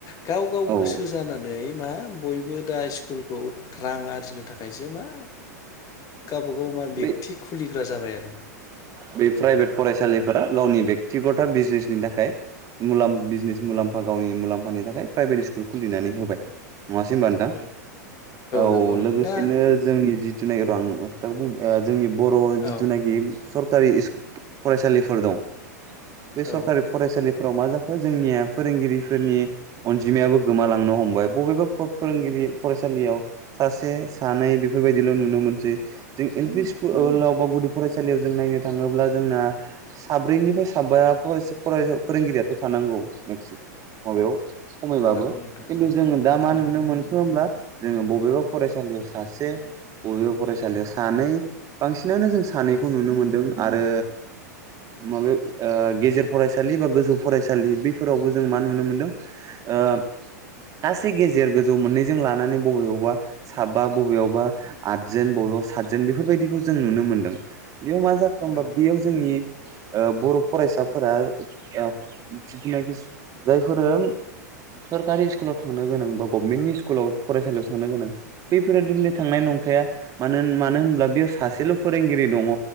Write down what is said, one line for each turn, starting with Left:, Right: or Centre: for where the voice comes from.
Left: गाव गाव
Right: औ
Left: गोसो जानानै मा बयबो दा स्कुलखौ रां आरजिनो थाखायसो मा गावबा गाव मा
Right: बे
Left: बेक्ति खुलिग्रा जाबाय आरो
Right: बे
Left: औ
Right: प्राइभेट फरायसालिफोरा गावनि बेक्तिगत बिजिनेसनि थाखाय मुलाम्फा बिजनेस मुलाम्फा गावनि मुलाम्फानि थाखाय प्राइभेट स्कुल खुलिनानै होबाय नङासै होनबा नोंथां
Left: औ
Right: औ
Left: नंगौ नोंथां
Right: लोगोसेनो
Left: दा
Right: जोंनि जि <unintelligible> जोंनि बर' जिथुनाखि
Left: औ
Right: सर फरायसालिफोर दं बे
Left: औ
Right: सरकारि फरायसालि फ्राव मा जाखो जोंनिया फोरोंगिरिफोरनि अनजिमायाबो गोमालांनो हमबाय बबेबा फोरोंगिरि फरायसालियाव सासे सानै बेफोरबायदिल' नुनो मोनसै जों एल पि सकुलाव
Left: औ
Right: बा गुदि फरायसालियाव जों नायनो थाङोब्ला जोंना साब्रैनिफ्राय साबा फ फरायसा फोरोंगिरियाथ' थानांगौ मेक्सि माबायाव खमायबाबो
Left: थानांगौ नोंथां
Right: खिन्थु
Left: औ
Right: जोङो दा मा
Left: औ
Right: नुनो मोनखो होमब्ला जोङो बबेबा फरायसालियाव सासे बबेबा फरायसालियाव सानै बांसिन सिनानो जों सानैखौ
Left: औ
Right: नुनो मोन्दों। आरो माबायाव ओ गेजेर फरायसालि बा गोजौ फरायसालि बेफोरावबो जों मा नुनो मोनदों ओ सासे गेजेर गोजौ मोननै जों लानानै बबेयावबा साबा बबेयावबा आदजोन बबेयावबा सातजोन बेफोरबायदिखौ जों नुनो मोनदों बेयाव मा एखोमबा
Left: औ
Right: बेयाव जोंनि ओ बर' फरायसाफोरा ओ जिथुनाखि जायफोरो सरकारि स्कुलाव थांनो गोनां बा गभमेन्टनि स्कुलाव फरायसालियाव थांनो गोनां बैफोरो <unintelligible> थांनाय नंखाया मानो मानो होनोब्ला बेयाव सासेल फोरोंगिरि दङ